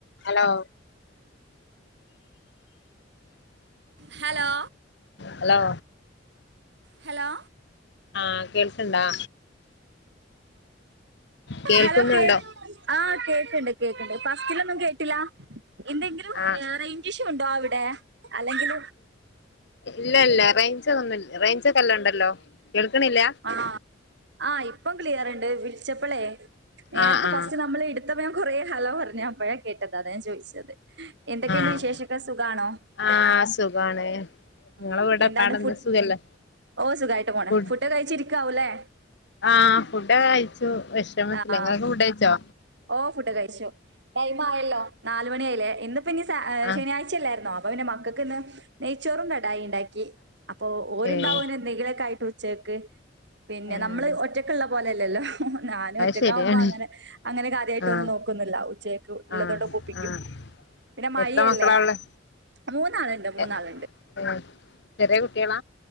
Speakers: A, on the left; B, on the right.
A: Hello
B: hello
A: hello
B: hello
A: ആഹ കേൾക്ക്ണ്ടാ. കേൾക്കുന്നുണ്ടോ
B: Hello കേ ആഹ കേക്കണ്ട് കേക്കണ്ട് ഫസ്റ്റിലൊന്നും കേട്ടില്ല. എന്തെങ്കിലും
A: ആഹ്
B: റേഞ്ച് ഇഷു ഉണ്ടോ അവിടെ അല്ലെങ്കിൽ
A: ഇല്ല ഇല്ല റേഞ്ചൊ ഒന്നും റേഞ്ച് ഒക്കെ നല്ലോം ഉണ്ടല്ലോ കേൾക്കണില്ല.
B: ആഹ ആഹ ഇപ്പം ക്ലിയർണ്ട് വിളിച്ചപ്പോളേ നേരത്തെ
A: ആഹ് ആഹ്
B: ഫസ്റ്റ് നമ്മൾ എടു ത്തപ്പോ കുറെേ ഹലോ പറഞ്ഞ് അപ്പോഴെ കേട്ടത് അതാ ഞാൻ ചോദിച്ചത്. എന്തൊക്കെയുണ്ട്
A: ആഹ്
B: വിശേഷക്കെ സുഖാണോ?
A: ആഹ് സുഖാണ് നിങ്ങളെ
B: ഉം
A: വീടെ
B: എന്താണ്
A: പാടെ എന്താ
B: ഫു
A: സുഖല്ലേ
B: ഓ സുഖമയിട്ട് പോണ്
A: ഫുഡ്
B: ഫുഡൊക്കെ കഴിച്ചിരിക്കാവല്ലേ.
A: ആഹ് ഫുഡക്കെ കയച്ചു വിഷമത്തി
B: ആ
A: നിങ്ങൊളെക്കെ ഫുഡയിച്ചോ.
B: ഓ ഫുഡ് കഴിച്ചു ടൈം ആയല്ലോ നാല മണിയായില്ലേ ഇന്നിപ്പോ ഇനി
A: ആഹ്
B: ശനിയാഴ്ച. ച്ചല്ലയിരുന്നോ അപ്പൊ പിന്നെ മക്കൾക്ക് ഇന്ന് നെയ്ച്ചോറും കടായി ഉണ്ടാക്കി. അപ്പൊ ഓരുണ്ടാവുന
A: ഏഹ്
B: എന്തെങ്കിലൊക്കെ ആയിട്ട് ഉച്ചേക്ക് പിന്നെ
A: ഏഹ്
B: നമ്മള് ഒറ്റക്ക് ക്കുള്ള പോലെല്ലല്ലോ ഞാനും
A: അത്
B: ഒറ്റക്ക
A: ശരിയാണ്
B: ആവുമ്പോ അങ്ങനെ അങ്ങനെ കാര്യമായിട്ഒന്നും
A: ആഹ്
B: നോക്കുന്നില്ല ഉച്ചയക്ക് ഉള്ളതുകൊണ്ട്
A: ആഹ്
B: ഒപ്പിക്കും
A: ആഹ്
B: പിന്നെ മഴല്ലേ.
A: എത്ര മക്കളാ ഉള്ളെ
B: മൂന്നാളുണ്ട് മൂന്നാളുണ്ട്.
A: ഏഹ് ചെറിയ കുട്ടികളാ.